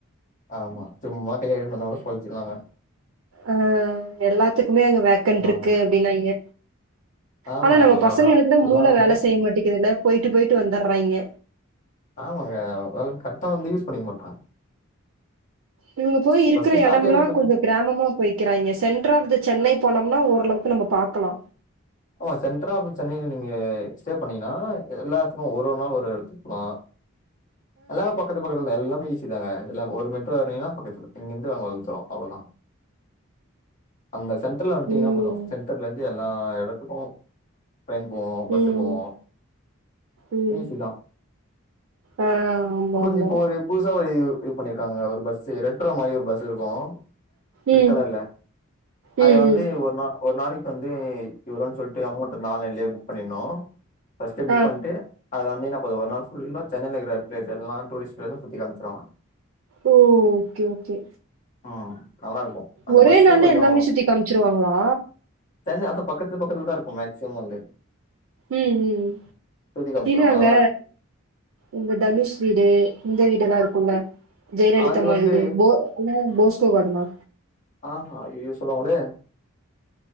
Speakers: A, on the left; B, on the right.
A: ஆமா சும்மா கைய கட்டிட்டு வந்தா கூட பொழச்சுக்கலாங்க
B: ஆஹ் எல்லாத்துக்குமே அங்க வேக்கண்ட்
A: அந்த
B: இருக்கு
A: மாரி
B: அப்டின்னாய்ங்க
A: ஆமா
B: ஆனா நம்ம
A: எல்லா
B: பசங்கங்களுக்குதா
A: எல்லா எல்லாமே
B: மூள வேல
A: இருக்கு
B: செய்ய மாட்டிக்குதுல போயிட்டு போயிட்டு வந்தறாயிங்க
A: ஆமாங்க அதல்லா கரெட்டா வந்து யூஸ் பண்ணிக்க மாட்றாங்க
B: இவுங்க போய் இருக்கற
A: ஃபர்ஸ்ட் ஸ்டார்டிங்ல
B: எடம்லா கொஞ்சோ கிராமமா போய்க்கிறாய்ங்க சென்டர் ஆஃப் த சென்னை போனோம்னா ஓரளவு க்கு நம்ம பாக்கலா
A: ஆமா சென்ட்ர் ஆஃப் சென்னைல நீங்க ஸ்டே பண்ணீங்கனா எல்லாத்துக்கு ஒரு ஒரு நாள் ஒரு எடத்துக்கு போலா எல்லாமே பக்கத்து பக்கத்துல தா எல்லாமே ஈ ஸி தாங்க எல்லா ஒரு மெட்ரோ ஏறினிங்கன்னா பக்கத்துல இங்கிருந்து அங்க வந்துருவோ அவ்ளோதா அந்த சென்டர்ல வன்டிங்கன்னா
B: ம்.
A: போது சென்டர்ல இருந்து எல்லா எடத்துக்கு ட்ரெயின் போவு பஸ்ஸு
B: ம்.
A: போவு
B: ம்.
A: ஈசிதா
B: ஆ ஆமாமா.
A: அப்போ இப்பொ ஒரு புதுசா ஒரு இது பண்ணியிருக்காங்கங்க ஒரு பஸ்ஸு ரெட்ரோ மாரி ஒரு பஸ்ஸு இருக்கு ரெட்
B: ம்.
A: கலர்ல அத
B: ம்.
A: வந்து
B: ம்.
A: ஒரு நா ஒரு நாளைக் வந்து இவ்ளோதான் சொல்ட்டு அமௌண்ட்டு நாலைன்லயே புக் பண்ணிர்னோ ஃபஸ்ட்டே புக்
B: ஆ.
A: பண்ட்டு அதுல வந்தீங்னா போது ஒரு நாள் ஃபுல்லா சென்னைல இக்குற ஹெட் ப்ளேஸ் எல்லா டூரிஸ்ட் இது சுத்தி காமிச்சிருவாங்க
B: ஓ ஓகே ஓகே
A: ஆ நல்லா இருக்கு அந்த
B: ஒரே
A: பஸ்ஸே
B: நாள்ல
A: கொஞ்சொ
B: எல்லாமே சுத்தி காமிச்சுருவாங்களா?
A: சென்ன அதா பக்கத்து பக்கத்துல்தா இருக்கு மேக்சிமம் வந்து
B: ம் ம்
A: சுத்தி காமிச்சிருவாங்க
B: <unintelligible> அங்க
A: நல்லா இருக்கு
B: இந்த தனுஷ் வீடு இந்த வீடல்லா இரு க்குல்ல ஜெயலலிதா
A: அது
B: மா
A: வந்து
B: வீடு போ என்ன போஸ்டோ காடனா
A: ஆஹா ஐ எ சொல்வாங்களே